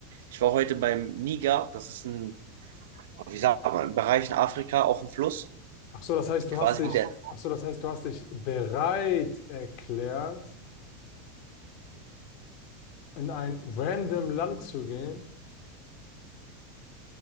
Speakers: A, on the right; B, on the left.
A: ich war heute beim Niger. Das ist ein, oh, wie sagt man, ein Bereich in Afrika, auch ein Fluss.
B: Ach so, das heißt, du
A: Quasi
B: hast dich,
A: wie der.
B: ach so, das heißt, du hast dich bereit erklärt, in ein random Land zu gehen.